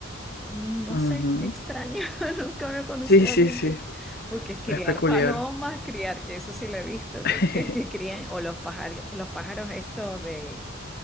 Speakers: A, in the centre; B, on the left.
A: no
B: Ujú.
A: sé, qué extraño. <laughs> Nunca había conocido
B: Sí, sí,
A: a alguien
B: sí,
A: que, porque criar
B: es peculiar.
A: palomas, criar, eso sí lo he visto, que,
B: <laughs>
A: que, que crían, o los pájaros, los pájaros estos de,